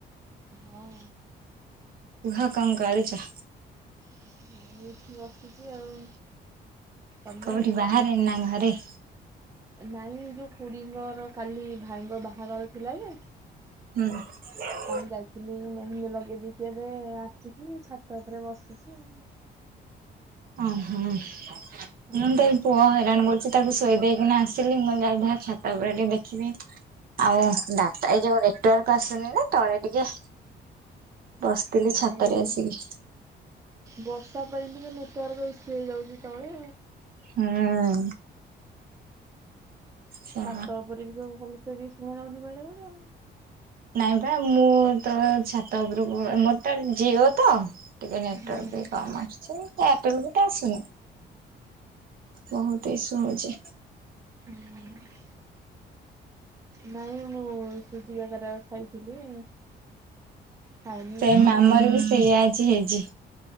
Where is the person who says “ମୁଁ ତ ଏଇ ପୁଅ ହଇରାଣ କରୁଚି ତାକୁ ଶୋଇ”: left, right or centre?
Right